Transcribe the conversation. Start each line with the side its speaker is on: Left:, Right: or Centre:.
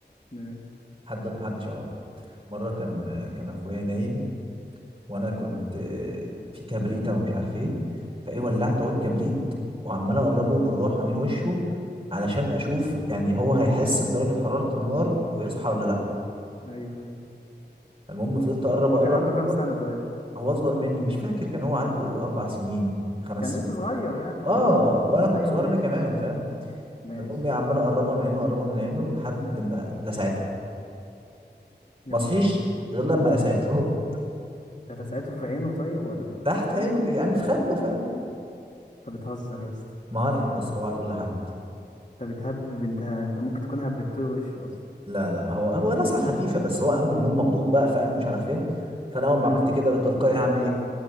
Left: ماشي
Right: لحد دلوقتي محدش يعرفه مرة كان كان اخويا نايم وانا كنت آه، في كبريتة ومش عارف ايه فايه ولعت عود كبريت وعمال اقربه بالراحة من وشه علشان اشوف يعني هو هيحس بدرجة حرارة النار ويصحى ولا لا
Left: ايوه ايوه
Right: المهم فضلت اقرب
Left: هو
Right: اقرب
Left: كان عنده
Right: اقرب
Left: كام سنة طيب؟
Right: هو اصغر مني مش فاكر كان هو عنده اربع سنين خمس
Left: كان لسه
Right: سنين
Left: صغير يعني كان
Right: اه
Left: هو صغير
Right: وانا كنت
Left: ايوه
Right: صغير
Left: ماشي
Right: انا كمان فاهم
Left: ماشي
Right: فالمهم إيه، عمال اقربها من عينه اقربها من عينه لحد ما لسعته
Left: يا
Right: ما
Left: نهار
Right: صحيش
Left: اسود
Right: غير لما لسعته
Left: ده لسعته في عينه طيب ولا ايه؟
Right: <laughs> تحت عينه كده، يعني في خده فاهم
Left: انت بتهزر يا اسطى
Right: ما هو انا بص اوعى تقول لحد
Left: انت بتهبب انت انت ممكن تكون هببت له وشه اصلا
Right: لا لا هو هو نزعه خفيفه بس هو قام من النوم مخضوض بقى فاهم ومش عارف ايه فانا اول ما
Left: ايوه
Right: عملت كده تلقائي هعمل ايه